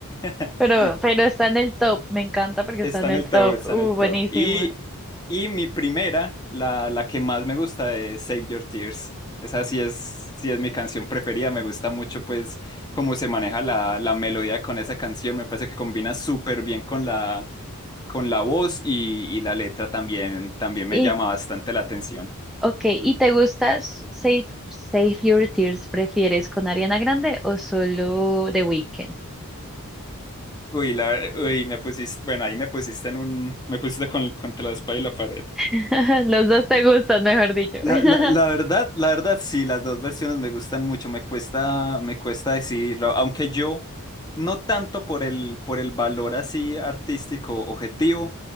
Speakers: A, on the left (about 20°); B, in the centre.
A: <laughs>
B: pero, pero está en el top. Me encanta porque
A: Está
B: está en
A: en
B: el
A: el
B: top.
A: top, está
B: Uh,
A: en el
B: buenísima.
A: top. Y, y mi primera, la, la que más me gusta es Save Your Tears. Esa sí es, sí es mi canción preferida. Me gusta mucho, pues, cómo se maneja la, la melodía con esa canción. Me parece que combina súper bien con la, con la voz y, y la letra también, también me
B: Y,
A: llama bastante la atención.
B: ok, ¿y te gusta S- Save, Save Your Tears? ¿Prefieres con Ariana Grande o solo The Weeknd?
A: Uy, la, uy, me pusiste, bueno, ahí me pusiste en un, me pusiste con, contra la espalda y la pared.
B: <laughs> Los dos te gustan, mejor dicho.
A: La,
B: <laughs>
A: la- la verdad, la verdad, sí, las dos versiones me gustan mucho, me cuesta, me cuesta decidirlo, aunque yo no tanto por el, por el valor así artístico objetivo,